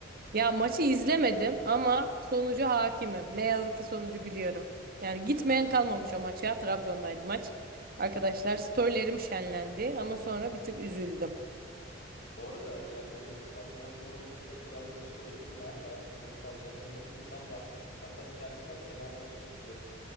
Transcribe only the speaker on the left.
O-
Bu arada yani öyle Trabzonlu olup da Trabzonspor'u tutmayan da çok fazla tanıdığım insan var. Hatta bir tanesi var Fenerbahçe'yi tutuyor.